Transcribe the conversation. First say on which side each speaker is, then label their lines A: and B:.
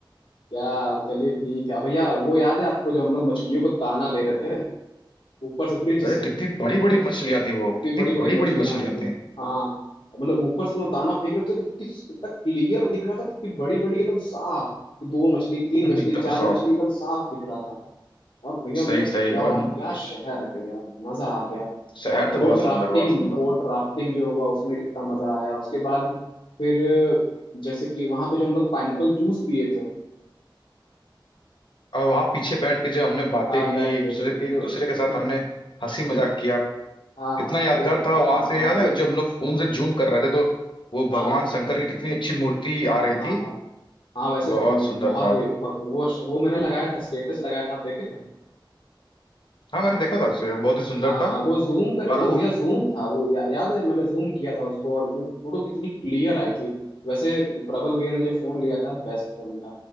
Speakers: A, on the left (about 80°); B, on the left (about 65°).
A: क्या चलिए ठीक है भैया वो याद है आपको जो हम लोग मछलियों को दाना दे रहे थे ऊपर से ब्रिज
B: अरे
A: से
B: कितनी बड़ी बड़ी मछलियां थी वो
A: इतनी
B: कितनी
A: बड़ी बड़ी
B: बड़ी
A: मछलियां
B: बड़ी मछलियां
A: आ रही थी
B: थी
A: हाँ मतलब ऊपर से ना दाना फेंक रहे थे तो कितनी कितना क्लियर दिख रहा था कितनी बड़ी बड़ी एकदम साफ दो मछली तीन
B: एकदम
A: मछली चार
B: सॉफ्ट
A: मछली एकदम साफ दिख रहा था और भैया
B: सही
A: मतलब
B: सही
A: क्या
B: और
A: क्या शहर है भैया मजा आ गया
B: शहर
A: और
B: तो बहुत
A: बोट राफ्टिंग
B: सुंदर बहुत सुंदर
A: बोट राफ्टिंग जो हुआ उसमें कितना मजा आया उसके बाद फिर जैसे कि वहां पे जो हम लोग पाइनएप्पल जूस पिए थे
B: और वहां पीछे बैठ के जब हमने बातें
A: हाँ
B: की
A: बैठ
B: एक
A: के
B: दूसरे
A: जो
B: एक दूसरे के साथ
A: हम्म,
B: हमने हंसी मजाक किया
A: हाँ
B: कितना
A: हाँ
B: यादगार
A: वो
B: था वहां
A: बहुत
B: से याद है जब हम लोग फोन से जूम कर रहे थे तो वो
A: हाँ
B: भगवान शंकर की कितनी अच्छी मूर्ति आ रही
A: हाँ
B: थी
A: हाँ हाँ वैसे
B: बहुत
A: म,
B: सुंदर
A: बहुत
B: था
A: ही ब- वो वो मैंने लगाया था स्टेटस लगाया था आप देखे थे
B: हाँ मैंने देखा था उसे बहुत ही सुंदर
A: हाँ
B: था
A: हाँ वो जूम कर
B: और
A: वो
B: वो
A: भैया जूम था वो या, याद है मैंने जूम किया था उसको और वो फोटो कितनी क्लियर आई थी वैसे प्रबल भैया ने जो फोन लिया था बेस्ट फोन था